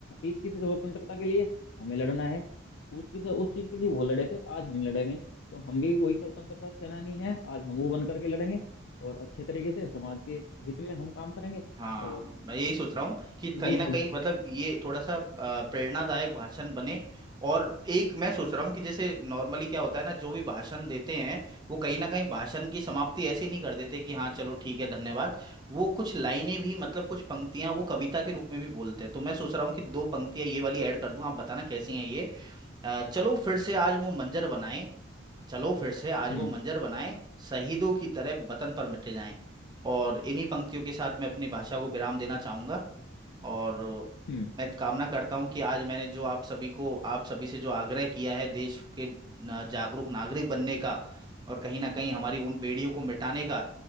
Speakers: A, on the left (about 60°); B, on the right (about 20°).
A: इसकी स्वतंत्रता के लिए हमें लड़ना है उसकी उस चीज के लिए वो लड़े थे आज हम लड़ेंगे तो हम भी वही स्वतंत्रता सेनानी हैं आज हम वो बन करके लड़ेंगे और अच्छे तरीके से समाज के हित में हम काम करेंगे
B: हाँ
A: और
B: मैं यही सोच रहा हूँ कि कहीं
A: वो
B: ना
A: थोड़ी
B: कहीं
A: सी
B: मतलब ये थोड़ा सा अ, प्रेरणादायक भाषण बने और एक मैं सोच रहा हूँ कि जैसे नॉर्मली क्या होता है ना जो भी भाषण देते हैं वो कहीं ना कहीं भाषण की समाप्ति ऐसे नहीं कर देते कि हाँ चलो ठीक है धन्यवाद वो कुछ लाइनें भी मतलब कुछ पंक्तियां वो कविता के रूप में भी बोलते हैं तो मैं सोच रहा हूँ कि दो पंक्तियां ये वाली ऐड कर दूं आप बताना कैसी हैं ये अ, चलो फिर से आज वो मंजर बनाए चलो फिर से आज
A: हम्म
B: वो मंजर बनाएं शहीदों की तरह वतन पर मिटे जाएं और इन्हीं पंक्तियों के साथ मैं अपनी भाषा को विराम देना चाहूंगा और
A: हम्म
B: मैं कामना करता हूँ कि आज मैंने जो आप सभी को आप सभी से जो आग्रह किया है देश के ना- जागरूक नागरिक बनने का और कहीं ना कहीं हमारी उन बेड़ियों को मिटाने का